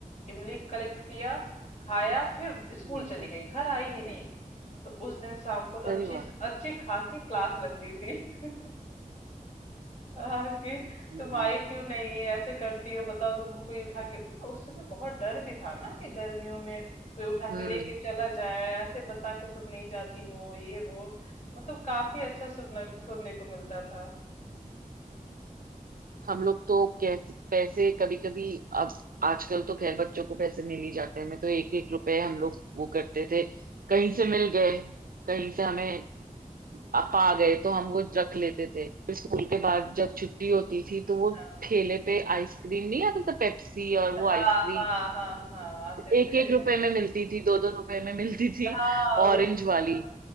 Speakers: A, on the left; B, on the right.
A: इमली कलेक्ट किया खाया फिर स्कूल
B: हम्म,
A: चली गई घर आई ही नहीं तो उस दिन शाम को तो
B: अरे
A: अच्छी
B: वाह
A: अच्छी खासी क्लास लगती थी <laughs> हाँ कि
B: हम्म,
A: तुम आई क्यों नहीं ऐसे करती हो बताओ तुमको कोई उठा के उस समय बहुत डर भी था ना कि गर्मियों में कोई उठा
B: हम्म।
A: के लेके चला जाए ऐसे बता के तुम नहीं जाती हो ये वो मतलब काफी अच्छा सुनने को सुनने को मिलता था
B: हम लोग तो कैसे पैसे कभी कभी अब आजकल तो खैर बच्चों को पैसे नहीं लिए जाते हैं मैं तो एक एक रुपए हम लोग वो करते थे कहीं से मिल गए कहीं से हमें अ- पा गए तो हम वो रख लेते थे फिर स्कूल के बाद जब छुट्टी होती थी तो
A: हाँ
B: वो ठेले पे आइसक्रीम नहीं आता था पेप्सी और वो
A: हाँ
B: आइसक्रीम
A: हाँ हाँ हाँ, आते
B: एक
A: थे
B: एक रुपए में मिलती थी दो दो रुपए में मिलती थी
A: हाँ
B: ऑरेंज
A: उसमें
B: वाली
A: तो